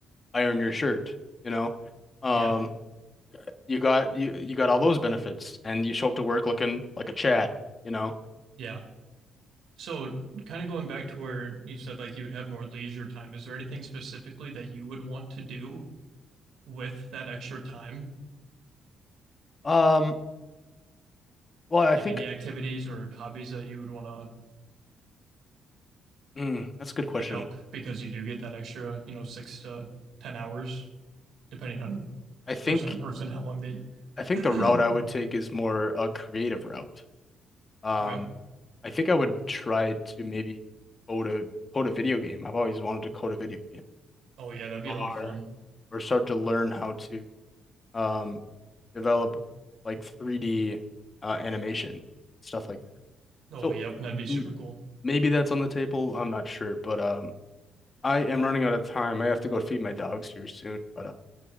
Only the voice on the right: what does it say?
yeah,
yeah. So, kind of going back to where you said like you would have more leisure time, is there anything specifically that you would want to do with that extra time?
Like
any activities or hobbies that you would want to
pick up because you do get that extra, you know, six to 10 hours, depending on
person to person, how long they.
<clears throat>
Okay.
Oh, yeah, that'd
be a lot of fun.
Oh,
yep, that'd be super
cool.